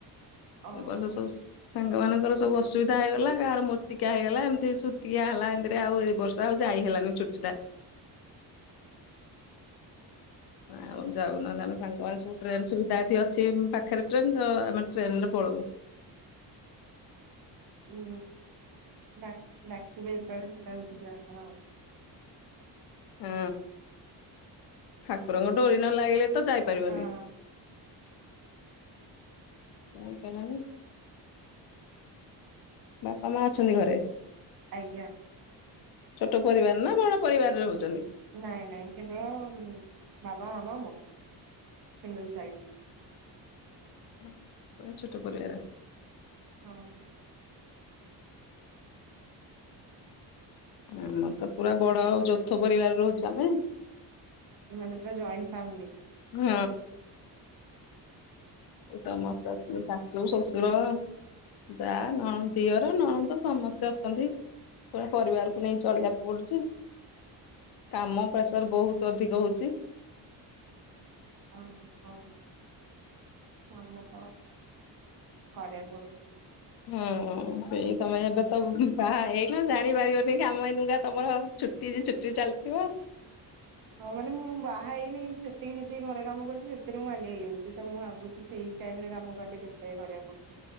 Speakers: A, on the right (about 55°); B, on the left (about 60°).
A: ଓହୋ
B: ଏର୍ଷ ସବୁ। ସାଙ୍ଗ ମମାନଙ୍କ ସବୁ ଅସୁବିଧା ହେଇଗଲା ଗାହାର ମର୍ତିକା ହେଇଗଲା ଏମିତି ଶତିକଆ ହେଲା ଏମିତିରେ ଆଉ ଏ ବର୍ଷ ଆଉ ଯାଇ ହେଲାନି ଛୁଟି ଟା
A: <inaudible>
B: ଆଉ ଯାଉ ନହେଲେ ଆମେ ସାଙ୍ଗମାନେ ସବୁ ଟ୍ରେନ ସୁବିଧା ଏଠି ଅଛି ପାଖରେ ଟ୍ରେନ ତ ଆମେ ଟ୍ରେନ ରେ ପଳଉ।
A: ହୁଁ ଡାକିବେ ଯେତେବେଳେ ସେତେବେଳେ ପ ଯ ଆସଣ ଆଉ।
B: ହଁ ଠାକୁରଙ୍କ ଡୋରି ନ ଲାଗିଲେ ତ ଯାଇପାରିବନି।
A: ହଁ
B: ଯପିଲାନି ବାପା ମା ଅଛନ୍ତି ଘରେ।
A: ଆଜ୍ଞା।
B: ଛୋଟ ପରିବାର ନା ବଡ ପରିବାର ରହୁଛନ୍ତି।
A: ନାଇଁ ନାଇଁ କେବଳ ବାବା ଆାମ ମୋ ସିଙ୍ଗଲ ଚାଇଲ୍ଡ।
B: ପୁର ଛୋଟ ପରିବାର।
A: ହଁ।
B: ଆମର ତ ପୁରା ବଡ ଆଉ ଯୌଥ ପରିବାର ରହୁଛୁ ଆମେ।
A: ମାନେ ପୁରା ଜଏଣ୍ଟ ଫ୍ୟାମିଲି।
B: ହୁଁ। ସମସ୍ତେ ଅଛନ୍ତି ଶାଶୁ ଶ୍ୱଶୁର। ଯାଆ ନ ଦିଅର ନଣନ୍ଦ ସମସ୍ତେ ଅଛନ୍ତି। ପୁରା ପରିବାରକୁ ନେଇ ଚଳିବାକୁ ପଡୁଚି। କାମ ପ୍ରେସର ବହୁତ ଅଧିକ ହଉଚି।
A: ହଁ ହଁ ଆମେ ତ କରିଆକୁ ପଡୁଚି।
B: ହଁ ହ ସେଇ ତମେ ଏବେ ତ ବାହା ହେଇନା ଜାଣିପାରିବନି କାମ ଏଇନାତମର ଛୁଟି ଯେଛୁ ସିଏ ଚାଲିଥିବ
A: ହଁ ମାନେ ମୁଁ ବାହା ହେଇନି କିନ୍ତୁ ସେତିକି ଯେତିକି ଘରେ କାମ କରୁଛି ସେଥିରେ ମୁଁ ହାଲିଆ ହେଇଯାଉଚିତ ମୁଁ ଭାବୁଛି ସେଇ ଟାଇମରେ କାମ କଲେ କେତେ କରିବାକୁ